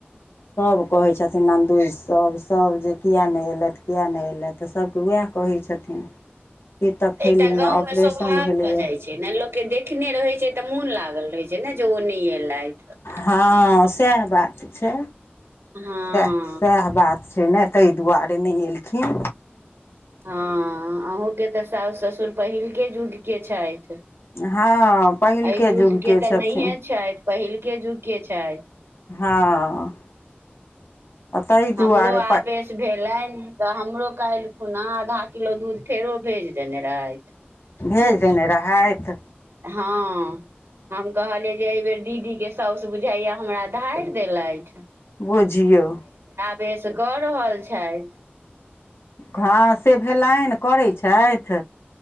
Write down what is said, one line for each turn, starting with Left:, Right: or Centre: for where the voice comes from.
Left: सभ कहै छथिन नन्दोइस सभ सभ जे किया नहि एलथि किया नहि एलथि तऽ सभके वैह कहै छथिन पीतक थैलीमे
Right: एकटा गाँमे
Left: ऑपरेशन
Right: स्वभाव
Left: भेलैए
Right: भऽ जाइ छै ने लोक के देखने रहैत छै तऽ मोन लागल रहै छै ने जे ओ नहि एलथि
Left: हँ सएह बात छै
Right: हँ
Left: सएह सएह बात से ने ताहि दुआरे नहि एलखिन
Right: हँ अहूँके तऽ सास ससुर पहिलके युगके छथि
Left: हँ पहिलके
Right: अय जुग
Left: युगके
Right: के
Left: छथिन
Right: तऽ नहिए छैथ पहिलके जुग के छैथ
Left: हँ तऽ ताहि
Right: हमरो
Left: दुआरे
Right: आवेश भेलईन तऽ हमरो कायल खुना आधा किलो दूध फेरो भेज देने रहैथ
Left: भेज देने रहैथ
Right: हँ हम कहलिय जे ऐय बेर दीदी के साउस बुझाइया हमरा धाईर देलईथ
Left: बुझियौ
Right: बेस कऽ रहल छैथ
Left: हँ से भेलैन करै छैथ